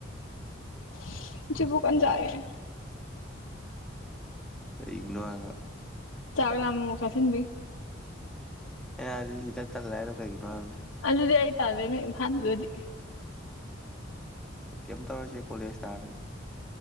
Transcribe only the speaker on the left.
<unintelligible> ꯆꯥꯛꯑꯦ
ꯆꯥꯥꯛ ꯂꯥꯝꯃ ꯃꯣꯔꯣꯛ ꯆꯥꯁꯤꯟꯕꯩ
ꯑꯗꯨꯗꯤ ꯑꯩ ꯇꯜꯂꯦ ꯅꯣꯢ ꯏꯝꯐꯥꯟꯗꯨꯗꯗꯤ